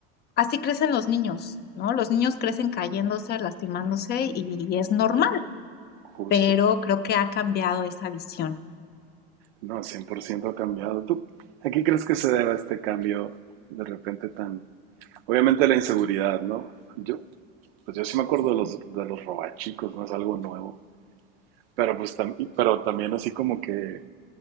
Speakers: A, on the left (about 35°); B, on the right (about 85°).
A: así crecen los niños, ¿no? Los niños crecen cayéndose, lastimándose y es normal,
B: justo.
A: pero creo que ha cambiado esa visión.
B: No, 100% ha cambiado. ¿Tú a qué crees que se deba este cambio de repente tan, Obviamente la inseguridad, ¿no? Yo, pues yo sí me acuerdo
A: Sí.
B: de los, de los robachicos, no es algo nuevo, pero pues tam- pero también así como que,